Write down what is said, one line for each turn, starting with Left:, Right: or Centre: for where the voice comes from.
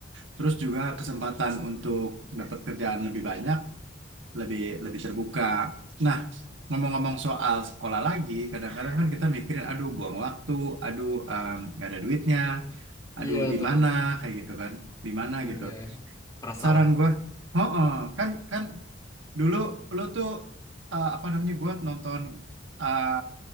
Right: terus juga kesempatan untuk
Left: <laughs>
Right: dapat kerjaan lebih banyak lebih lebih terbuka. Nah, ngomong-ngomong soal sekolah lagi, kadang-kadang kan kita mikirin, aduh buang waktu, aduh em, nggak ada duitnya, aduh
Left: iya
Right: di
Left: tuh
Right: mana kayak gitu kan, di mana
Left: udah
Right: gitu.
Left: kerasa
Right: Saran
Left: lah itu
Right: gua, oh, oh, kan kan dulu lu tuh eh, apa namanya gua nonton eh,